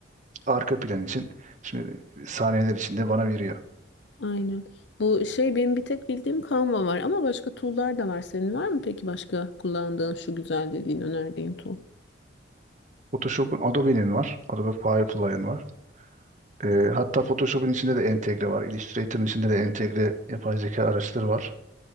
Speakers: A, on the right; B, on the left.
A: arka plan için şimdi saniyeler içinde bana veriyor.
B: Aynen. Bu şey benim bir tek bildiğim Canva var ama başka tool'lar da var. Senin var mı peki başka kullandığın şu güzel dediğin önerdiğin tool?
A: Photoshop'un Adobe'nin var. Adobe Firefly'ın var. Ee, hatta Photoshop'un içinde de entegre var. Illustrator'ın içinde de entegre yapay zeka araçları var.